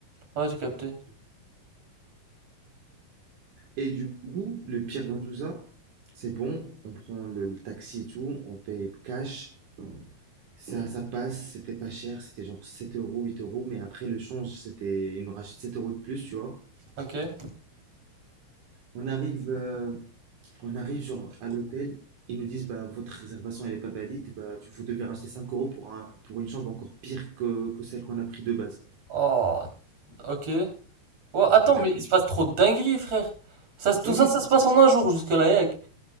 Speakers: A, on the right; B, on the right.
A: ouais, j'ai capté.
B: Et du coup, le pire dans tout ça, c'est bon. On prend le, le taxi et tout. On paye cash. Ça, ça passe. C'était pas cher. C'était genre 7 euros, 8 euros. Mais après, le change, c'était. Ils nous rachètent 7 euros de plus, tu vois.
A: Ok.
B: On arrive, euh, on arrive genre à l'hôtel, ils nous disent bah votre réservation elle est pas valide, bah tu- vous devez racheter 5 euros pour un, pour une chambre encore pire que, que celle qu'on a pris de base.
A: Oh, ok. Ouais, attends,
B: D'accord.
A: mais il se passe trop de dingueries, frère. Ça, se- tout
B: Bah oui.
A: ça, ça se passe en un jour jusque-là, yec.